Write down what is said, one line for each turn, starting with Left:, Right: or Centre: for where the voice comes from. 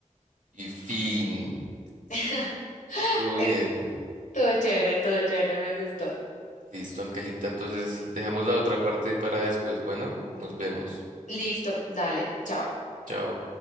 Right: Y fin.
Left: <laughs>
Right: Estuvo
Left: eh,
Right: bien.
Left: todo chévere, todo chévere, me gustó.
Right: Listo, Angelita. Entonces dejamos la otra parte para después. Bueno, nos vemos.
Left: Listo, dale, chao.
Right: Chao.